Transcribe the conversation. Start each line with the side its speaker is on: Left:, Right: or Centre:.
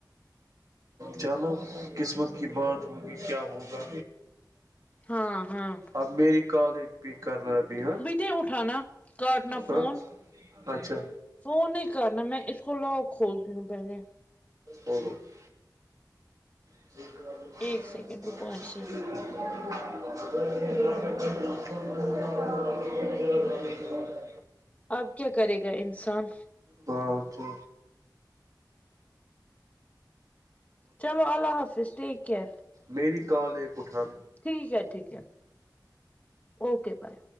Right: جانو قسمت کی بات ہوگی کیا ہوگا
Left: ہاں ہاں
Right: اب میری کال ایک پک کرنا ہے ابھی ہے
Left: نہیں اٹھانا کاٹنا فون
Right: ہ اچھا
Left: فون نہیں کرنا میں اس کو لاک کھولتی ہوں پہلے
Right: ہ ہ <unintelligible> <inaudible> ج
Left: ایک سیکنڈ رکو ایسے ہی
Right: <inaudible> <unintelligible>
Left: اب کیا کرے گا انسان
Right: ہاں تو
Left: چلو اللہ حافظ ٹیک کئر
Right: میری کال ایک اٹھان
Left: ٹھیک ہے ٹھیک ہے اوکے بائے